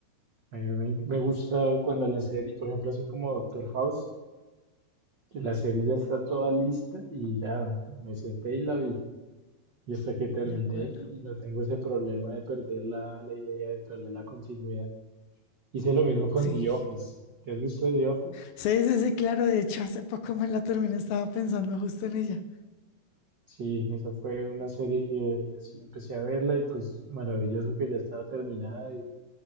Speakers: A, on the right; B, on the left.
A: A mí me, me gusta cuando la serie, por ejemplo, así como Doctor House, que la serie ya está toda lista y ya me senté y la vi. Y hasta que terminé
B: De acuerdo.
A: y, y no tengo ese problema de perder la, la idea, de perder la continuidad. Hice lo mismo con
B: Sí,
A: The Office. ¿Te has visto The Office?
B: sí, sí, sí, claro, de hecho hace poco me la terminé, estaba pensando justo en ella.
A: Sí, esa fue una serie que sí empecé a verla y pues maravilloso que ya estaba terminada